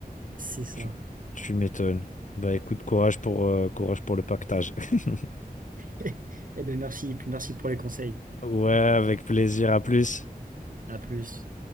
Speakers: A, on the right; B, on the left.
A: C'est ça.
B: Tu, tu m'étonnes. Bah écoute, courage pour, euh, courage pour le pactage. <laughs>
A: <laughs> Eh ben merci. Et puis merci pour les conseils.
B: Ouais, avec plaisir, à plus.
A: À plus.